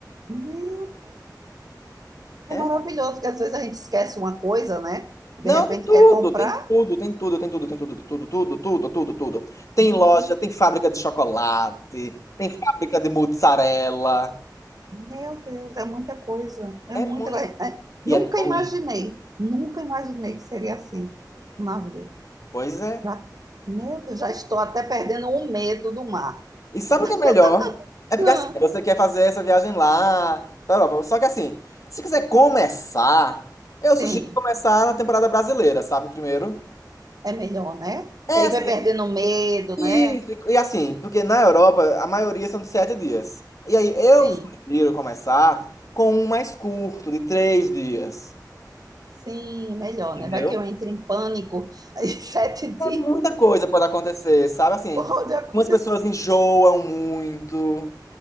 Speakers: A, on the right; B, on the left.
A: Meu Deus. É
B: É
A: maravilhoso, porque às vezes a gente esquece uma coisa, né? De
B: Não,
A: repente
B: tem tudo,
A: quer comprar.
B: tem tudo, tem tudo, tem tudo, tem tudo, tudo, tudo, tudo, tudo, tudo. Tem
A: Menino.
B: loja, tem fábrica de chocolate, tem fábrica de mozzarella.
A: Meu Deus, é muita coisa. É
B: É
A: muita
B: muito.
A: coisa. É, nunca
B: E é tão
A: imaginei,
B: lindo.
A: nunca imaginei que seria assim um navio.
B: Pois é.
A: Já, meu Deus, já estou até perdendo o medo do mar.
B: E sabe
A: <laughs>
B: o que é melhor? É porque
A: Hum,
B: assim, você quer fazer essa viagem lá pra Europa. Só que assim, se quiser começar, eu
A: Sim,
B: sugiro começar na temporada brasileira, sabe? Primeiro.
A: é melhor, né?
B: É
A: Que aí
B: assim,
A: vai perdendo o medo,
B: Isso,
A: né?
B: e e assim, porque na Europa a maioria são de sete dias. E aí
A: Sim,
B: eu sugiro começar com um mais curto, de três dias.
A: sim, é melhor,
B: Entendeu?
A: né? Vai que eu entre em pânico <laughs> em sete dias.
B: É muita coisa pode acontecer, sabe? Assim,
A: <laughs> Pode acontecer.
B: umas pessoas enjoam muito.